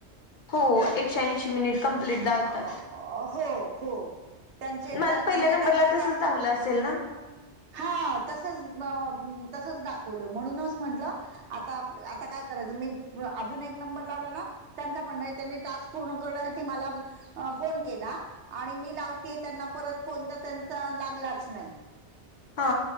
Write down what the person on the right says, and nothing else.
अ,
हो, हो. त्यांचे
टा
म्हणजे
त्यांचा
टास्क
ज
हा तसच, तसच दाखवलं म्हणूनच म्हंटलं आता, आता काय करायचं मी अजून एक नंबर लावला ना. त्यांचा पण नाय त्यांनी टास्क पूर्ण करण्यासाठी मला अ फोन केला आणि मी लावतेय त्यांना परत फोन तर त्यांचा लागलाच नाही.